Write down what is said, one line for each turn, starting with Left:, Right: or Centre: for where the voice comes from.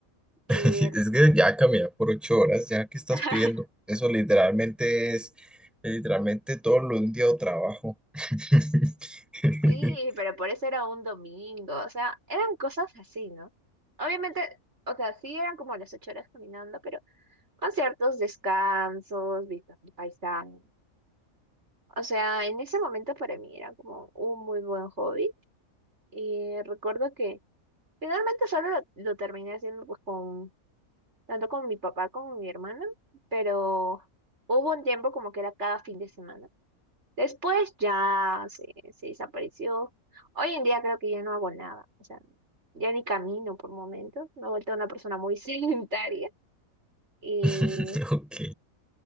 Centre: <laughs>
Right: Y
Centre: Es que ya caminar por ocho horas, ya que estás
Right: <laughs>
Centre: pidiendo. Eso literalmente es, literalmente todo lo de un día de trabajo. <laughs>
Right: Sí, pero por eso era un domingo, o sea, eran cosas así, ¿no? Obviamente, o sea, sí eran como las ocho horas caminando, pero con ciertos descansos, vistas del paisaje. O sea, en ese momento para mí era como un muy buen hobby y recuerdo que finalmente solo lo, lo terminé haciendo pues con, tanto con mi papá como con mi hermana, pero hubo un tiempo como que era cada fin de semana. Después ya se, se desapareció. Hoy en día creo que ya no hago nada, o sea, ya ni camino por momentos, me he vuelto una persona muy <laughs> sedentaria y,
Centre: <laughs> Ok.